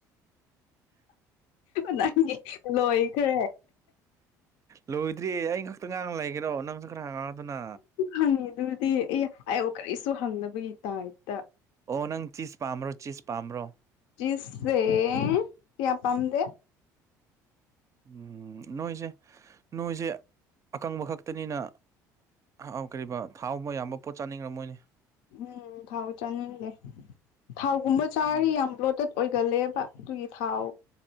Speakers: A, on the left; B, on the right.
A: ꯅꯪꯒꯤ ꯂꯣꯏꯈ꯭ꯔꯦ
B: ꯂꯣꯏꯗ꯭ꯔꯤ ꯑꯩ ꯈꯛꯇ ꯉꯥꯡꯅ ꯂꯩꯒꯦꯔꯣ ꯅꯪꯁꯨ ꯈꯔ ꯍꯥꯡꯉꯗꯅ
A: ꯍꯪꯉꯤ ꯑꯗꯨꯗꯤ ꯑꯦ ꯑꯩꯌꯨ ꯀꯔꯤꯁꯨ ꯍꯪꯅꯕꯒꯤ ꯇꯥꯏꯞꯇ
B: ꯑꯣ ꯅꯪ ꯆꯤꯁ ꯄꯥꯝꯕ꯭ꯔꯣ ꯆꯤꯁ ꯄꯥꯝꯕ꯭ꯔꯣ꯫
A: ꯆꯤꯁꯁꯦ ꯀꯤꯌꯥ ꯄꯝꯗꯦ
B: ꯎꯝ ꯅꯣꯏꯁꯦ ꯅꯣꯏꯁꯦ ꯑꯀꯪꯕ ꯈꯛꯇꯅꯤꯅ ꯑꯥꯎ ꯀꯔꯤꯕ ꯊꯥꯎꯨꯝꯕ ꯑꯌꯥꯝꯕ ꯄꯣꯠ ꯆꯥꯅꯤꯡꯈ꯭ꯔ ꯃꯣꯏꯅꯦ
A: ꯎꯝ ꯊꯥꯎ ꯆꯥꯅꯤꯡꯂꯦ ꯊꯥꯎꯒꯨꯝꯕ ꯆꯥꯔꯤ
B: ꯎꯝ
A: ꯌꯥꯝ ꯕ꯭ꯂꯣꯇꯦꯠ ꯑꯣꯏꯒꯜꯂꯦꯕ ꯑꯗꯨꯒꯤ ꯊꯥꯎ